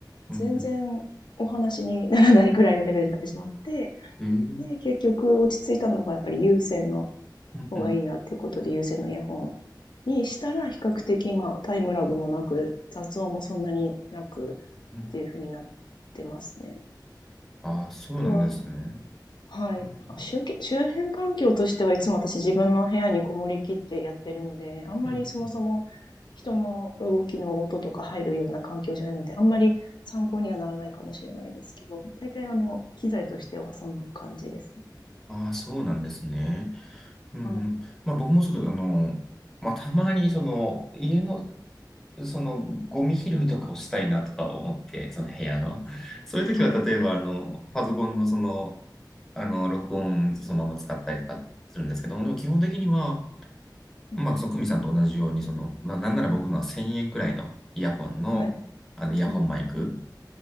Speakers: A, in the centre; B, on the left.
A: うんうん
B: 全然お話にならないくらいのレベルになってしまって、
A: うん
B: で、結局落ち着いたのがやっぱり有線の
A: うん
B: 方がいいなっていうことで有線のイヤホンにしたら比較的まあタイムラグもなく雑音もそんなになく
A: うん
B: っていう風になってますね。
A: ああ、そうなんですね。
B: あとは、はい。
A: うん
B: 周周辺環境としてはいつも私自分の部屋にこもりきってやってるので、あんまりそもそも
A: うん
B: 人の動きの音とか入るような環境じゃないので、あんまり参考にはならないかもしれないですけど、大体あの、機材としてはそんな感じですね。
A: ああ、そうなんですね。うんうん。
B: はい。
A: まあ僕もちょっとあの、まあたまにその家のそのゴミ拾いとかをしたいなとか思って、その部屋の。そういう時は例えばあの、
B: はい。
A: パソコンのその、あの、録音そのまま使ったりとかするんですけども、でも基本的には、
B: うん。
A: まあその久美さんと同じように、その、まあなんなら僕のは1000円くらいのイヤホンの、
B: はい。
A: あのイヤホンマイク、
B: うん